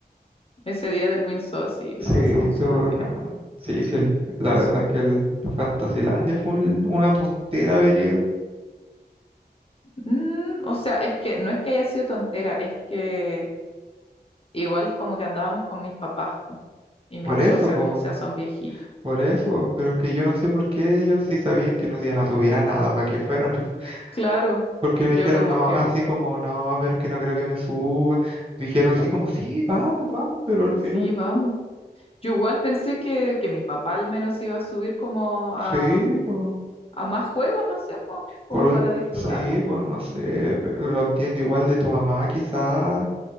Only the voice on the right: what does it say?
Sí,
estuvo
acá.
Sí, sí, el- la
verdad es que el Fantasilandia fue un- una tontera haber ido.
Por
eso,
pues.
Por eso, pero es que yo no sé por qué ellos sí sabían que no se iban a subir a nada para que fueran. <laughs>
Porque me
dijeron,
no,
así como, no, pero es que no creo que me suba. Dijeron así como, sí, vamos, vamos, pero al final,
sí, pues,
por ul-
sí, pues, no sé, pe- lo entiendo igual de tu mamá quizás,